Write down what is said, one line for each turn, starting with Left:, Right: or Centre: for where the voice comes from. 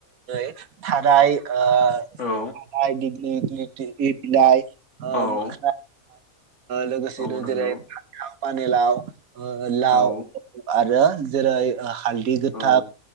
Right: <unintelligible> थाराय आ
Left: औ
Right: दिललि बिलाइ ओ
Left: औ
Right: मोखोना लोगोसेनो
Left: औ नंगौ
Right: जेरै पान लाव लाव
Left: औ
Right: आरो जेरै हालदै गोथां
Left: औ